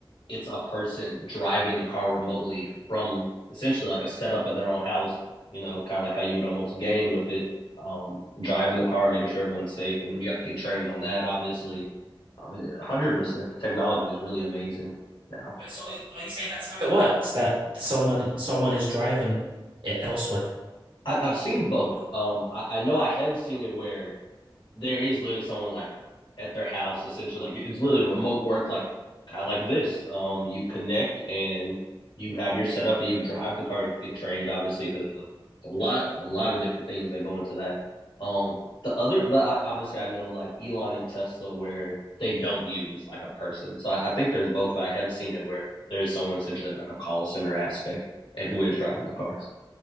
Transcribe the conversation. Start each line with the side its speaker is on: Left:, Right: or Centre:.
Left: it's a person driving the car remotely from essentially like a setup of their own house, you know, kind of like how you would almost game with it, um, driving the car, making sure everyone's safe. And you have to get trained on that, obviously. I mean, 100%. The technology is really amazing now.
Right: Wait, so are you, are you saying that's how It works that someone someone is driving it elsewhere.
Left: I, have seen both. Um, I, I know I have seen it where there is literally someone like at their house essentially like it's literally remote work like kind of like this um you connect and you have your setup and you drive the car you have to get trained obviously because there's a, a, lot a lot of different things that go into that um the other but I, obviously i know like elon and tesla where they don't use like a person so I, I think there's both i have seen it where there is someone essentially in like a call center aspect and who is driving the car